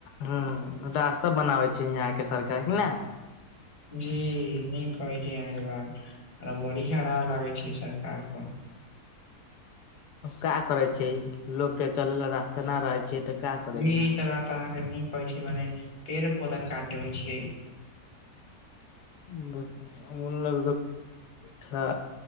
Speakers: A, on the left; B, on the left.
A: हॅं, रास्ता बनाबै छै यहाँके सरकार की ने
B: जी नीक कहै छै अहाँ एकबार, बड़ी खराब लगै छै सरकार कऽ
A: का करे छै लोक के चलै लए रास्ता न रहै छै त का? करे
B: जी ई
A: छै
B: त बात अहाँके न कहै छै मने पेड़े-पौधा काट देबे छियै
A: <unintelligible> मतलब थोड़ा